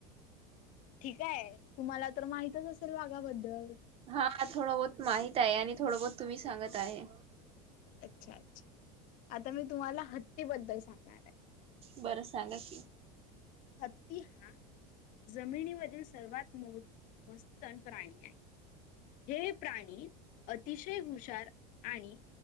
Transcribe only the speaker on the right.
हा थोडं बहत माहित आहे आणि थोडं बहत तुम्ही सांगत आहे.
बरं सांगा कि.